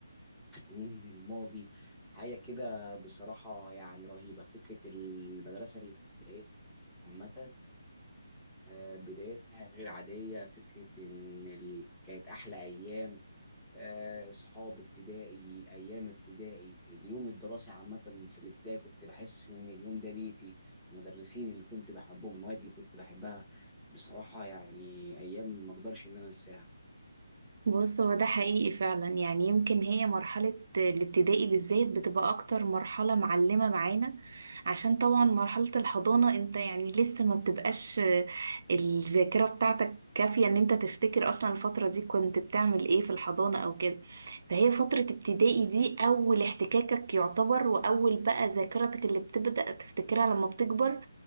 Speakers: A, in the centre; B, on the right (about 55°).
A: تحنين للماضي حاجة كده بصراحة يعني رهيبة فكرة المدرسة الابتدائية عامة آه، بدايتها غير عادية فكرة إن ال- كانت أحلى أيام آه، اصحاب ابتدائي ايام ابتدائي اليوم الدراسي عامه في الابتدائي كنت بحس ان اليوم ده بيتي المدرسين اللي كنت بحبهم المواد اللي كنت بحبها بصراحه يعني ايام ما اقدرش ان انا انساها
B: بص هو ده حقيقي فعلا يعني يمكن هي مرحلة الابتدائي بالذات بتبقى أكتر مرحلة معلمة معانا عشان طبعا مرحلة الحضانة انت يعني لسه ما بتبقاش آه، الذاكرة بتاعتك كافية ان انت تفتكر أصلا الفترة دي كنت بتعمل ايه في الحضانة أو كده فهي فترة ابتدائي دي أول احتكاكك يعتبر وأول بقى ذاكرتك اللي بتبدأ تفتكرها لما بتكبر